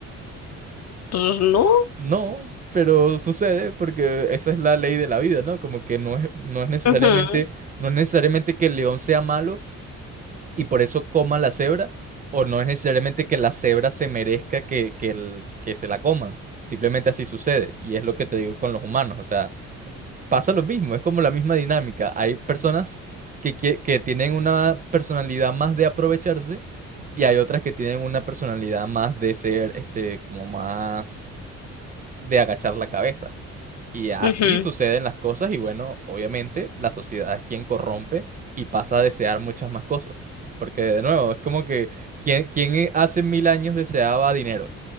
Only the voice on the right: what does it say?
No, pero sucede porque esa es la ley de la vida, ¿no? Como que no es, no es necesariamente,
no es necesariamente que el león sea malo, y por eso coma la cebra, o no es necesariamente que la cebra se merezca que, que, el- que se la coman. Simplemente así sucede. Y es lo que te digo con los humanos. O sea, pasa lo mismo, es como la misma dinámica. Hay personas que, que, que tienen una personalidad más de aprovecharse y hay otras que tienen una personalidad más de ser, este, como más de agachar la cabeza. Y así
suceden las cosas y bueno, obviamente la sociedad es quien corrompe y pasa a desear muchas más cosas. Porque de nuevo, es como que ¿quién, quién eh, hace mil años deseaba dinero?